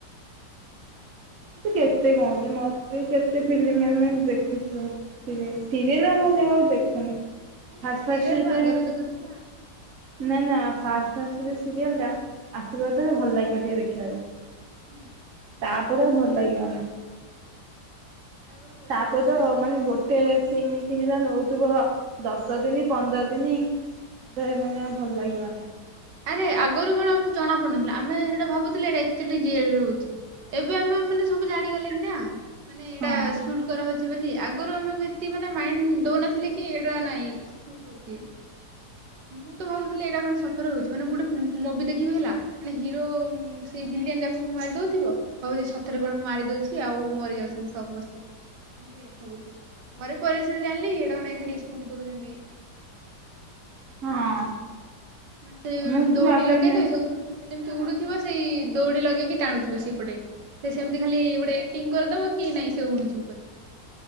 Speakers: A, on the right; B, on the right.
A: ଏମିତି କେତେ କଣ ଅଛି ମତେ କେତେ ଫିଲ୍ମ ଆମେ ଦେଖୁଛୁ। ସିରିଏଲ୍ ସିରିଏଲ୍ ମୁଁବି ଆଉ ଦେଖୁନି।
B: ନାଇଁ
A: ଫାଷ୍ଟ
B: ସିରିଏଲ୍
A: ଫାଷ୍ଟ ଯେତେବେଳେ
B: ମୁଁ ଆଗରୁ ଦେଖୁଥିନି ଆ
A: ନା ନା ଫାଷ୍ଟ ଫାଷ୍ଟ ସେ ସିରିଏଲ୍ ଟା ଆସିବ ଯେତେଳେ ଭଲ ଲାଗିବ ଟିକେ ଦେଖିବାକୁ।
B: ହୁଁ।
A: ତାପରେ ଆଉ ଭଲ ଲାଗିବନି।
B: ଆଗରୁ ବଢିଆ
A: ତାପରେତ
B: ଲାଗୁଥିଲା ସିରିଏଲ୍
A: ମାନେ ଗୋଟେ ସେମିତି ହେଲା ନଉଥିବ ଦଶ ଦିନି ପନ୍ଦର ଦିନି ମତେ ମାନେ ଆଉ ଭଲ ଲାଗିବନି।
B: ଆରେ ଆଗୁରୁ କଣ ଆମକୁ ଜଣା ପଡ଼ୁନଥିଲା ଆମେ ସେଇଟା ଭାବୁଥିଲେ ଏଟା ଆକ୍ଚୁଆଲି ଜିଆରରେ ହଉଚି ଏବେ ଆମେ ମାନେ ସବୁ ଜାଣିଗଲେଣିନା ମାନେ ଏଇଟା
A: ହଁ
B: ସୁଟ୍ କରା ହଉଚି ବୋଲି ଆଗରୁ ଆମେ ଏ ଏତେ ମାଇଣ୍ଡ ଦଉନଥିଲେକି ଏଇଟା ନାଇଁ ସୁଟ୍ ହଉଚି। ମୁଁ ତ ଭାବୁଥିଲି ଏଇରା କଣ ସତରେ ହଉଚି ମାନେ ଗୋଟେ ମୋଭିି ଦେଖିବି ହେଲା ମାନେ ହିରୋ ସେଇ ଭିଲିଆନ ଯାକକୁ ମାରି ଦଉଥିବ କଉଛି ସତରେ କଣ ମୁଁ ମାରି ଦଉଚି ଆଉ ମରିଯାଉଛନ୍ତି ସମସ୍ତେ। ମୁଁ ସେଇଆ ଭାବୁଥିଲି ପରେ ପରେ ସିନା ଜାଣିଲି ଏଇଟାକୁ ନାଇଁ ଖାଲି ସୁଟ୍ କରୁଚନ୍ତି।
A: ହଁ।
B: ମାନେ ସେଇ ଗୋଟେ
A: ମୁଁ ବି
B: ଦୌଡ଼ି
A: ଭାବେ
B: ଲଗେଇବେ
A: ହଁ।
B: ସବୁ ସେ ଯେମିତି ଉଡ଼ୁଥିବ ସେଇ ଦଉଡ଼ି ଲଗେଇକି ଟାଣୁଥିବେ ସେଇପଟେ। ସେ ସେମିତି ଖାଲି ଗୋଟେ ଆକ୍ଟିଂ କରିଦବ କି ନାଇଁ ସେ ଉଡୁଛି ଉପରେ।